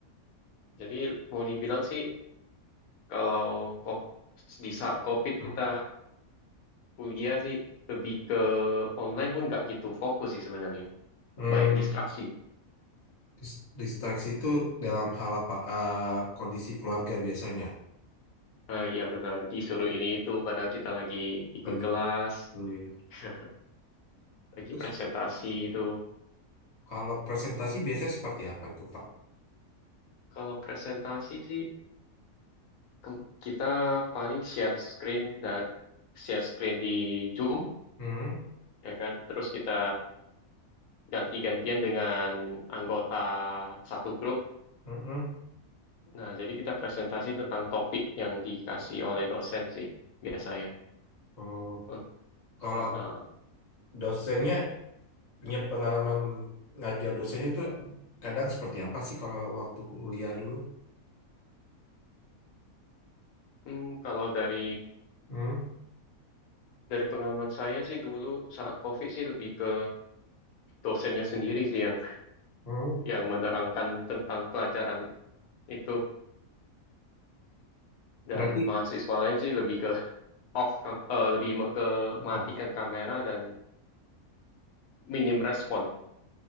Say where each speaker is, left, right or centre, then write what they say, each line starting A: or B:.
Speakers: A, on the left (about 85°); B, on the left (about 35°).
A: Jadi mau dibilang sih kalau ko- di saat COVID
B: Hmm.
A: kita kuliah sih lebih ke online pun nggak gitu fokus sih sebenarnya.
B: Hmm,
A: Banyak distraksi.
B: Dis- Distraksi itu dalam hal apa? Eh, kondisi keluarga biasanya
A: Ah, iya benar disuruh ini itu padahal kita lagi ikut
B: lagi
A: kelas,
B: kuliah.
A: <laughs> lagi
B: Terus
A: presentasi gitu.
B: Kalau presentasi biasanya seperti apa itu, Pak?
A: Kalau presentasi sih ke- kita paling share screen dan share screen di Zoom
B: Hmm,
A: ya kan. Terus kita ganti-gantian dengan anggota satu grup.
B: mm-mm.
A: Nah, jadi kita presentasi tentang topik yang dikasih oleh dosen sih biasanya.
B: Oh,
A: Unt-
B: kalau
A: uh, uh.
B: dosennya punya pengalaman ngajar dosennya itu kadang seperti apa sih kalau waktu kuliah dulu?
A: Hmm, kalau dari
B: Hmm,
A: dari pengalaman saya sih dulu saat COVID sih lebih ke dosennya sendiri sih yang
B: hmm.
A: yang menerangkan tentang pelajaran itu dan
B: Berarti
A: mahasiswa lain sih lebih ke off kam- eh, lebih me- ke matikan
B: oh,
A: kamera dan minim respon.